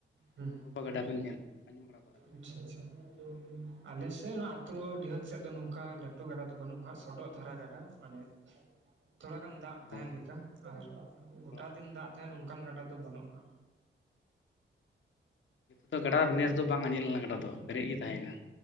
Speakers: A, on the right; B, on the left.
A: ᱦᱩᱸ
B: ᱯᱩᱱᱩᱨ ᱦᱚᱵᱟ
A: ᱦᱩᱸ,
B: ᱜᱟᱰᱟ ᱵᱮᱱ ᱧᱮᱞ ᱟᱸᱡᱚᱢ ᱵᱟᱲᱟ ᱠᱚᱜᱼᱟ
A: ᱟᱪᱪᱷᱟ ᱟᱪᱪᱷᱟ᱾
B: <inaudible>
A: ᱟᱞᱮ ᱥᱮᱫ ᱱᱚᱣᱟ ᱟᱹᱛᱩ ᱰᱤᱦᱟᱹᱛ ᱥᱮᱫ ᱫᱚ ᱱᱚᱝᱠᱟ ᱞᱟᱹᱴᱩ ᱜᱟᱰᱟ ᱫᱚ ᱵᱟᱹᱱᱩᱜᱼᱟ ᱥᱚᱰᱚᱜ ᱫᱷᱟᱨᱟ ᱜᱟᱰᱟ ᱢᱟᱱᱮ ᱛᱷᱚᱲᱟ ᱜᱟᱱ ᱫᱟᱜ ᱛᱟᱦᱮᱱ
B: ᱚ
A: ᱞᱮᱠᱟ, ᱟᱨ ᱜᱚᱴᱟ
B: ᱛᱷᱚᱲᱟ
A: ᱫᱤᱱ ᱫᱟᱜ ᱛᱟᱦᱮᱱ ᱚᱱᱠᱟᱱ ᱜᱟᱰᱟ ᱫᱚ ᱵᱟᱹᱱᱩᱜᱼᱟ᱾
B: ᱛᱚ ᱜᱟᱰᱟ ᱫᱚ ᱱᱮᱥ ᱫᱚ ᱵᱟᱝ ᱟᱸᱡᱮᱫ ᱞᱮᱱᱟ ᱜᱟᱰᱟ ᱫᱚ ᱯᱮᱨᱮᱡ ᱜᱮ ᱛᱟᱦᱮᱭᱱᱟ᱾